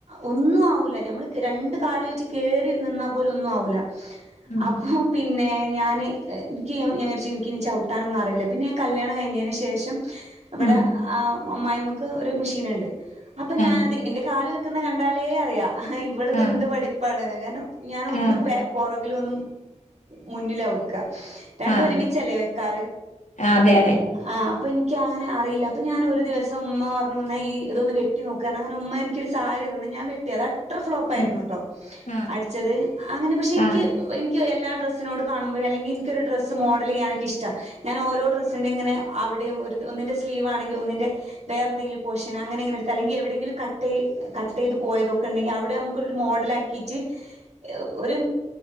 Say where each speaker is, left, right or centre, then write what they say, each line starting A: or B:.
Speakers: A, on the right; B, on the left.
A: ഒന്നും ആവില്ല ഞമ്മൾ രണ്ട് കാല് വെച്ച് കയറി നിന്നാൽ പോലെ ഒന്നും ആവില്ല
B: ഉം
A: അപ്പൊ പിന്നെ ഞാന് എനിക്ക് ഞാൻ വി നി ചവിട്ടാനൊന്ന അറിയില്ല പിന്നെ ഞാൻ കല്ല്യാണം കഴിഞ്ഞതിന് ശേഷം അവിടെ
B: ഉം
A: അ അമ്മായിമ്മുക്ക് ഒരു മെഷീൻ ഉണ്ട് അപ്പൊ ഞാനത്
B: ആഹ്
A: എന്റെ കാല് വെക്കുന്നത് കണ്ടാലേ അറിയാം ആ ഇവളത്
B: ആഹ്
A: എന്ത് പഠിപ്പാണ്ന്ന് കാരണം ഞാൻ ഒന്ന്
B: ആഹ്
A: പോര ഒന്നും മുന്നിൽ വെക്ക രണ്ട
B: ആഹ്
A: ഒരുമിച്ച് വെക്കാർ
B: അതെ അതെ
A: ആ അപ്പൊ എനിക്ക് അങ്ങനെ അറിയില്ല അപ്പൊ അപ്പൊ എനിക്ക് അറിയില്ല ഞാൻ ഒരു ദിവസ ഉമ്മ പറഞ്ഞു വന്നാ ഈ ഇതൊന്ന് വെട്ടി നോക്കു കാരണം അങ്ങന ഉമ്മ എനിക്ക് ഒരു സാധനം സാരി തന്നു ഞാന്‍ വെട്ടി അത് ഫ്ലോപ്പ്ആയിരുന്നു
B: ആഹ്
A: കേട്ടോ
B: ആഹ്
A: അടിച്ചത് അങ്ങനെ പക്ഷേ
B: ആഹ്
A: എനിക്ക് എനിക്ക് എല്ലാ ഡ്രസ്സിനോ കാണുമ്പോ അല്ലങ്ക എനിക്കൊരു ഡ്രസ്സ് മോഡൽ ചെയ്യാനോക്ക് ഇഷ്ട ഞൻ ഓരോ ഡസ്സിന്റെ ഇങ്ങനെ അവിടെ ഒരു ഒന്നിന്റെ സ്ലീവ് ണെങ്കിൽ ഒന്നിന്റെ വെറെന്തങ്കിലും പോഷൻ അങ്ങനെ എങ്ങനെ എടുത്ത് അല്ലെങ്കിൽ എവിടെങ്കിലും കട്ട് കട്ട് ചെയ്ത് പോയതൊക്കെ ഉണ്ടെങ്കിൽ അവിടെ നമുക്കൊരു മോഡൽ ആാക്കിയിട്ട് ഒരു